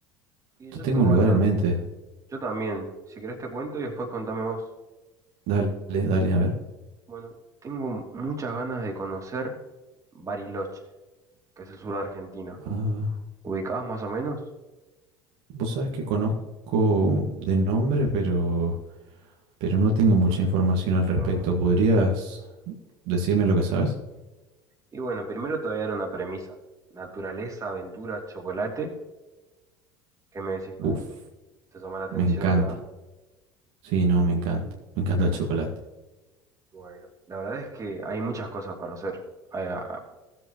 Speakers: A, on the right; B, on the right.
A: Y
B: Yo
A: yo
B: tengo
A: tengo
B: un lugar
A: ganas,
B: en mente.
A: yo también. Si querés te cuento y después contame vos.
B: Dale, dale, a ver.
A: Bueno, tengo muchas ganas de conocer Bariloche, que es el sur de Argentina.
B: Ah,
A: ¿Ubicás más o menos?
B: vos sabés que conozco de nombre, pero, pero no tengo mucha información al respecto.
A: No.
B: ¿Podrías decirme lo que sabes?
A: Y bueno, primero te voy a dar una premisa. Naturaleza, aventura, chocolate. ¿Qué me decís con
B: Uf,
A: eso? ¿Te llama la atención
B: me encanta.
A: ya?
B: Sí, no, me encanta. Me encanta el chocolate.
A: Bueno, la verdad es que hay muchas cosas para hacer. Ah,